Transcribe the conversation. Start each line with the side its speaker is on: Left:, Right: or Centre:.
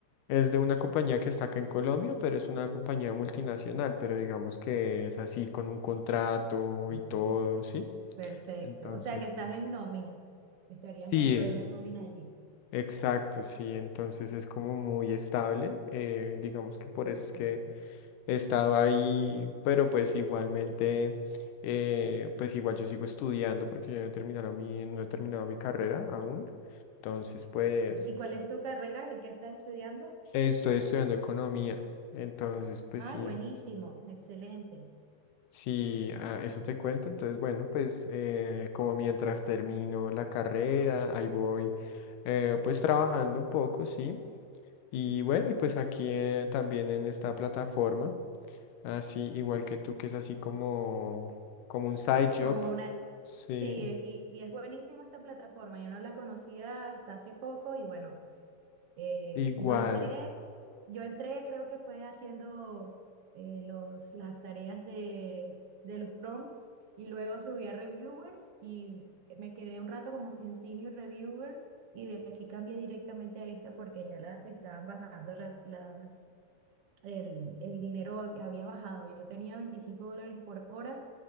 Left: es de una compañía que está acá en Colombia, pero es una compañía multinacional, pero digamos que es así con un contrato
Right: sí.
Left: y todo, ¿sí?
Right: Perfecto.
Left: Entonces,
Right: O sea que estás en nómina. Estarías
Left: sí,
Right: dentro de una nómina allí.
Left: Exacto, sí, entonces es como muy estable, eh, digamos que por
Right: Perfecto.
Left: eso es que he estado ahí, pero pues igualmente, eh, pues igual yo sigo estudiando porque yo no he terminado mi, no he terminado mi carrera aún, entonces pues
Right: Sí. ¿Y cuál es tu carrera? ¿En qué estás estudiando?
Left: estoy estudiando economía, entonces pues
Right: Ay,
Left: sí,
Right: buenísimo. Excelente.
Left: Sí, ah, eso te cuento. Entonces, bueno, pues eh, como mientras termino la carrera, ahí voy eh, pues trabajando un poco, sí. Y bueno, y pues aquí eh, también en esta plataforma, así igual que tú, que es así como, como un side job.
Right: Como una...
Left: Sí,
Right: Sí, e- y, y es buenísima esta plataforma. Yo no la conocía hasta hace poco y bueno, eh,
Left: igual.
Right: yo entré, yo entré creo que fue haciendo eh, los, las tareas de, de los prompts y luego subí a reviewer y me quedé un rato como en senior reviewer y de aquí cambié directamente a esta porque ya la estaban bajando la- las el, el dinero hab- había bajado. Yo tenía 25 dólares por hora